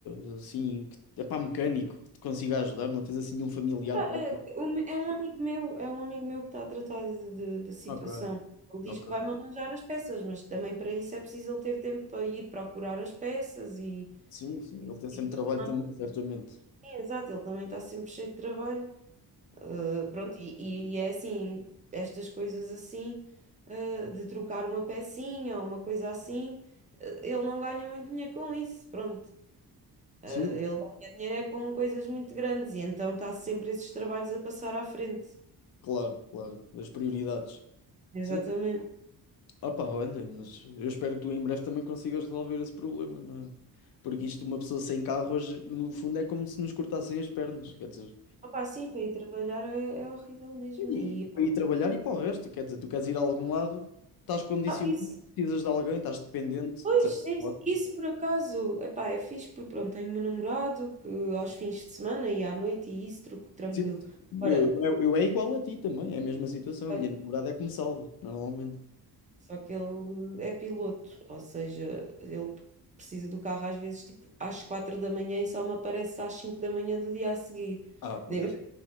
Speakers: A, on the left; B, on the right.
A: eh, assim, que, epá, mecânico, que te consiga ajudar? Não tens assim nenhum familiar?
B: Ah,
A: próximo?
B: ah, o me- É um amigo meu, é um amigo meu que está a tratar de- de- da situação.
A: Ok,
B: Ele diz
A: ok.
B: que vai-me arranjar as peças, mas também para isso é preciso ele ter tempo para ir procurar as peças e,
A: Sim, sim, ele tem sempre
B: e tudo
A: trabalho
B: mais.
A: também, certamente.
B: Sim, exato, ele também está sempre cheio de trabalho. Ah, pronto, e, e é assim, estas coisas assim, ah, de trocar uma pecinha ou uma coisa assim, ah, ele não ganha muito dinheiro com isso, pronto. Ah,
A: Sim,
B: ele ganha dinheiro é com coisas muito grandes e então está sempre esses trabalhos a passar à frente.
A: claro, claro, as prioridades.
B: Exatamente.
A: Sim. Opa, olha, mas eu espero que tu em breve também consigas resolver esse problema, não é? Porque isto, uma pessoa sem carro hoje, no fundo, é como se nos cortassem as pernas, quer dizer.
B: Opa, sim, para ir trabalhar é, é horrível mesmo.
A: E,
B: E,
A: para ir trabalhar e para o resto, quer dizer, tu queres ir a algum lado, estás condicionado,
B: Ah, isso,
A: precisas de alguém, estás dependente,
B: pois,
A: de certo
B: sim,
A: modo.
B: sim, isso por acaso, epá, é fixe porque pronto, tenho meu namorado que aos fins de semana e à noite e isso tru- tranquilo.
A: Precisas- Eu,
B: Agora,
A: eu, eu é igual a ti também, é a mesma situação.
B: ah,
A: A minha namorada é que me salva, normalmente.
B: só que ele é piloto, ou seja, ele precisa do carro às vezes tipo às quatro da manhã e só me aparece às cinco da manhã do dia a seguir.
A: Ah, pois.
B: Nem-